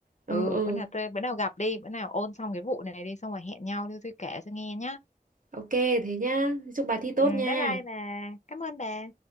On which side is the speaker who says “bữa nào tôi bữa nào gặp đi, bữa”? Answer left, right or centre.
Left